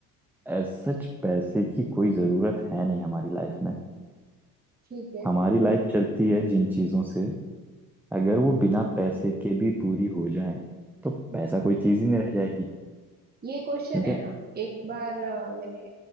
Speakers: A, in the centre; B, on the right.
A: एज सच पैसे की कोई ज़रूरत है नहीं हमारी लाइफ में
B: ठीक है
A: हमारी लाइफ चलती है जिन चीज़ों से अगर वो बिना पैसे के भी पूरी हो जाए तो
B: हम्म
A: पैसा कोई चीज़ ही नहीं रह जाएगी
B: ये क्वेश्चन
A: क्योंकि
B: है ना एक बार अ, मैंने